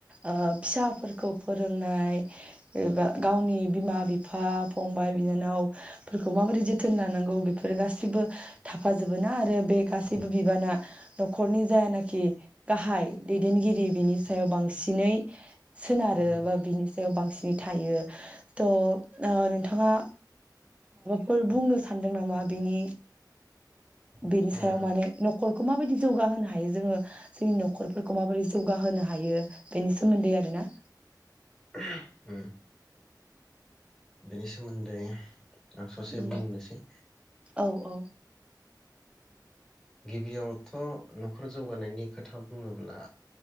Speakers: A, on the right; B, in the centre.
A: ओ फिसाफोरखौ फोरोंनाय एबा गावनि बिमा बिफा फंबाय बिनानावफोरखौ माबो जोथोन लानांगौ बेफोर गासैबो थाफाजोबो ना आरो बे गासैबो बिबाना न'खरनि जायानोखि गाहाय दैदेनगिरि बिनि सायाव बांसिनै सोनारोबा
B: उम
A: बिनि सायाव बांसिन थायो थ नोंथाङा फोर बुंनो सानदों नामा बिनि बेनि सायाव
B: उम
A: माने न'खरखौ माबायदि जौगाहोनो हायो जोङो जोंनि न'खरफोरखौ माबायदि जौगाहोनो हायो बेनि सोमोन्दै आरो ना।
B: उम्म बेनि सोमोन्दै आं ससे
A: उम
B: बुंनोसै।
A: औ औ
B: गिबियावथ' न'खर जौगानायनि खोथा बुङोब्ला